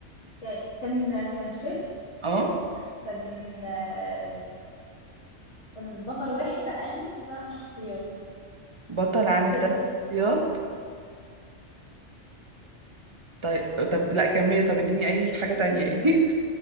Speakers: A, on the left; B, on the right.
A: يعني كان كان فيلم
B: اه
A: كان آه، كان بطل واحد عامل ثلاث شخصيات
B: بطل عامل
A: فيلم
B: تلات شخصيات طيب طب لا كملي طب اديني اي حاجة تانية يعني